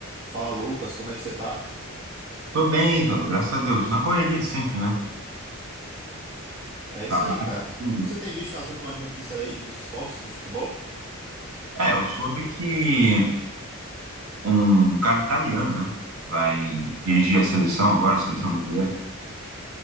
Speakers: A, on the right; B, on the right.
A: Fala, Lucas, como é que você tá?
B: Tô bem, Ítalo, graças a Deus. Na correria de sempre, né?
A: É
B: Trabalho,
A: isso aí, cara.
B: tudo.
A: Você tem visto as últimas notícias aí dos esportes, do futebol?
B: É, eu soube que um cara italiano, né? Vai dirigir a seleção agora,
A: Sim.
B: a seleção brasileira.